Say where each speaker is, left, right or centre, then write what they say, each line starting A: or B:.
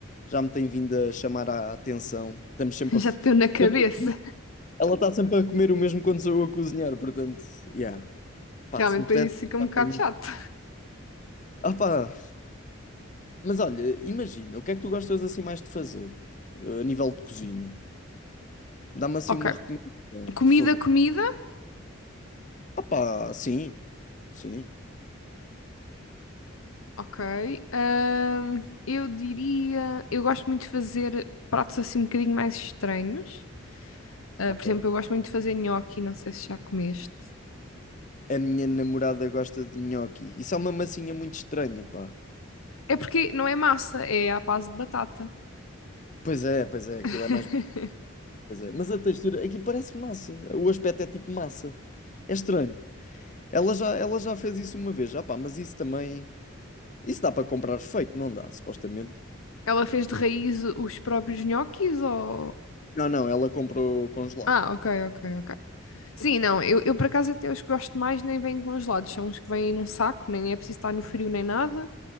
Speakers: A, on the left; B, on the left.
A: já me tem vindo a chamar a atenção. Estamos sempre
B: <laughs> Já
A: a, f-
B: te deu na cabeça.
A: sempre- ela está sempre a comer o mesmo quando sou eu a cozinhar, portanto, yeah. Pá,
B: Realmente,
A: se me
B: depois
A: pudesse
B: isso fica um
A: ajudar
B: bocado
A: com isso.
B: chato.
A: Ah, pá, mas olha, imagina, o que é que tu gostas assim mais de fazer, eh, a nível de cozinha? Dá-me assim
B: Ok.
A: uma recomendação,
B: Comida,
A: por favor.
B: comida.
A: Ah, pá, sim, sim,
B: Ok. ahm, eu diria. Eu gosto muito de fazer pratos assim um bocadinho mais estranhos. Ah,
A: ok.
B: por exemplo, eu gosto muito de fazer nhoque, não sei se já comeste.
A: A minha namorada gosta de nhoque. Isso é uma massinha muito estranha, pá.
B: É porque não é massa, é à base de batata.
A: Pois é, pois é, aquilo
B: <laughs>
A: é mais. Pois é. Mas a textura, aquilo parece massa. O aspecto é tipo massa. É estranho. Ela já, ela já fez isso uma vez, já pá, mas isso também. Isso dá para comprar feito, não dá, supostamente.
B: Ela fez de raiz os próprios nhoques ou.
A: Não, não, ela comprou congelado.
B: Ah, ok, ok, ok. Sim, não, eu, eu por acaso até os que gosto mais nem vêm congelados, são os que vêm num saco, nem é preciso estar no frio nem nada.